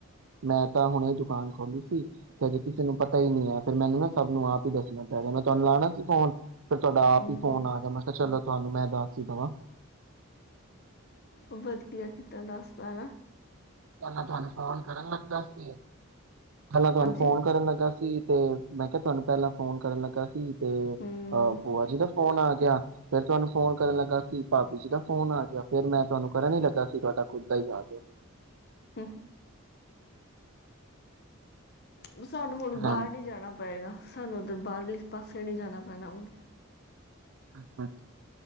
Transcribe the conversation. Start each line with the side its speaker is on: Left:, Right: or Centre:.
Right: ਮੈਂ ਤਾਂ ਹੁਣੇ ਦੁਕਾਨ ਖੋਲੀ ਸੀ ਤੇ ਅਜੇ ਕਿਸੇ ਨੂੰ ਪਤਾ ਹੀ ਨ ਨਹੀਂ ਹੈ, ਫੇਰ ਮੈਨੂੰ ਨਾ ਸਭ ਨੂੰ ਆਪ ਹੀ ਦੱਸਣਾ ਪੈਗਾ ਮੈਂ ਤੁਹਾਨੂੰ ਲਾਉਣਾ ਸੀ ਫੋਨ ਫੇਰ ਤੁਹਾਡਾ ਆਪ
Left: ਹੂੰ
Right: ਹੀ ਫੋਨ ਆ ਗਿਆ, ਮੈਂ ਕਿਹਾ ਚਲੋ ਤੁਹਾਨੂੰ ਮੈਂ ਦੱਸ ਦੇਵਾਂ
Left: ਵਧੀਆ ਕਿੱਤਾ ਦੱਸ ਤਾ
Right: ਪਹਿਲਾਂ ਤੁਹਾਨੂੰ ਫੋਨ ਕਰਨ ਲੱਗਾ ਸੀ, ਪਹਿਲਾਂ ਤੁਹਾਨੂੰ
Left: ਹਾਂਜੀ
Right: ਫੋਨ ਕਰਨ ਲੱਗਾ ਸੀ ਤੇ ਮੈਂ ਕਿਹਾ ਤੁਹਾਨੂੰ ਪਹਿਲਾਂ ਫੋਨ ਕਰਨ ਲੱਗਾ ਸੀ। ਤੇ ਅਹ
Left: ਹੂੰ
Right: ਭੂਆ ਜੀ ਦਾ ਫੋਨ ਆ <unintelligible> ਫਿਰ ਤੁਹਾਨੂੰ ਫੋਨ ਕਰਨ ਲੱਗਾ ਸੀ ਭਾਬੀ ਜੀ ਦਾ ਫੋਨ ਆ ਗਿਆ ਫਿਰ ਮੈਂ ਤੁਹਾਨੂੰ ਕਰਨ ਹੀ ਲੱਗਾ ਸੀ ਤੁਹਾਡਾ ਖੁਦ ਦਾ ਹੀ ਆ ਗਿਆ।
Left: <unintelligible> ਉਹ ਸਾਨੂੰ ਹੁਣ ਬਾਹਰ
Right: ਹਾਂਜੀ
Left: ਨਹੀਂ ਜਾਣਾ ਪਏਗਾ, ਸਾਨੂੰ ਤੇ ਬਾਹਰਲੇ ਪਾਸੇ ਜਾਣਾ। ਬਣਾਉਣ
Right: ਅੱਛਾ।